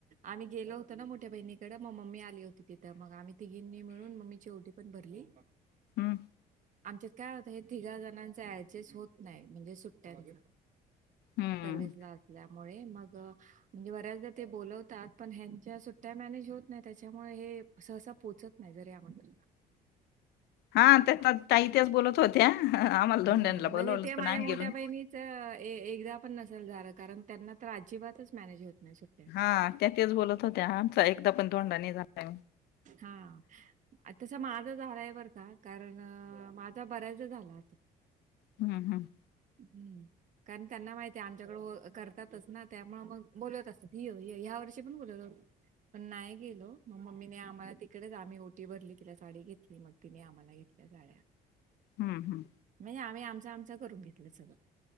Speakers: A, on the right; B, on the left.
A: आम्ही गेलो होतो ना मोठ्या बहिणीकडे मग मम्मी आली होती तिथं मग आम्ही- म तिघींनी मिळून मम्मीची ओटी पण भरली-
B: हम्म.
A: आमच्यात काय होतं हे तिघाजणांच ऍडजस्ट होत नाही म्हणजे सुट्ट्यांच
B: हम्म
A: सर्विसला असल्यामुळे मग म्हणजे बऱ्याचदा ते बोलवतात पण ह्यांच्या सुट्ट्या मॅनेज होत नाही, त्याच्यामुळे हे सहसा पोचत नाहीत. या म्ह <unintelligible>
B: हा ते- ताई तेच बोलत होत्या- धोंड्यांला
A: हम्म
B: बोलवलं
A: म्हणजे ते माझ्या
B: पण आम्ही
A: मोठ्या
B: गेलो नाही.
A: बहिणीच ये ये पण नसेल झाल कारण त्यांना तर अजिबातच मॅनेज होत नाहीया सुट्ट्या.
B: हा त्या तेच बोलत होत्या आमचा एकदा पण धोंडा नाही झाला
A: हा, तस माझं झाारायवरर का कारण माझ <unintelligible> त बऱ्याच दा झाला आता
B: हम्म हम्म
A: हम् कारण त्यांना माहिती आहे आमच्याकडं करतातचं ना त्यामुळे मग बोलवत असतात ह्या वर्षी पण बोलत होत. पण नाही गेलो. ग मम्मीने आम्हाला तिकडेच आम्ही ओटी भरली तिला साडी घेतली, मग तिने आम्हाला घेतल्या साड्या.
B: हम्म हम्म
A: म्हणजे आम्ही आमचा आमचा करून घेतलं सगळं